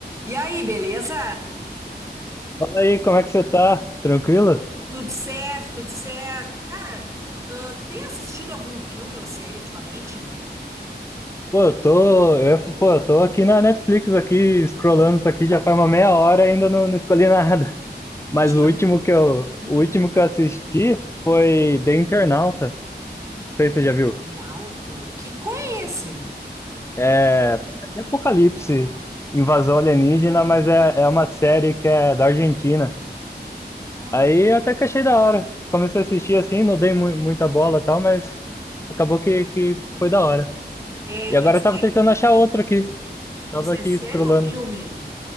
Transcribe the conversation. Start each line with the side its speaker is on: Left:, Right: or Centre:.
Right: E aí, beleza?
Left: Fala aí, como é que você tá? Tranquilo?
Right: Tudo certo, tudo certo. Cara, ah, tu tem assistido algum filme ou série ultimamente?
Left: Pô, eu tô, eu, ia- pô, eu tô aqui na Netflix, aqui, scrollando isso aqui, já faz uma meia hora e ainda não, não escolhi <laughs> nada. Mas
Right: Mentiu?
Left: o último que eu,
Right: Hum.
Left: o último que eu assisti foi The Internauta. Não sei se você já viu.
Right: Nauta? Que qual é esse?
Left: É, é de Apocalipse, invasão alienígena, mas é, é uma série que é da Argentina.
Right: Ah,
Left: Aí eu até que achei da hora. Comecei a assistir assim, não dei mu- muita bola e tal, mas acabou que, que foi da hora.
Right: é,
Left: E agora
Right: é série?
Left: eu tava tentando achar outra aqui. Tava
Right: Isso é
Left: aqui
Right: série
Left: scrollando.
Right: ou filme?